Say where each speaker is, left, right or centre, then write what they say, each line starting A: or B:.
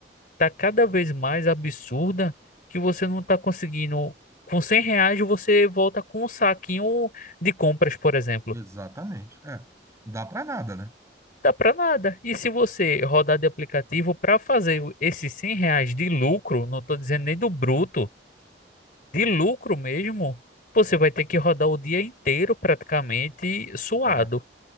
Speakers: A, on the left (about 50°); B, on the right (about 15°).
A: tá cada vez mais absurda que você não tá conseguindo. Com 100 reais você volta com um saquinho de compras, por exemplo.
B: Exatamente. É. Não dá para nada, né?
A: Dá para nada. E se você rodar de aplicativo para fazer o- esses 100 reais de lucro, não estou dizendo nem do bruto, De lucro mesmo, você vai ter que rodar o dia inteiro praticamente suado.
B: É,